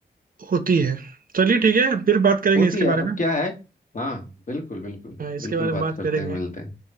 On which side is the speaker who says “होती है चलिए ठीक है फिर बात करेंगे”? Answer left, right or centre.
Right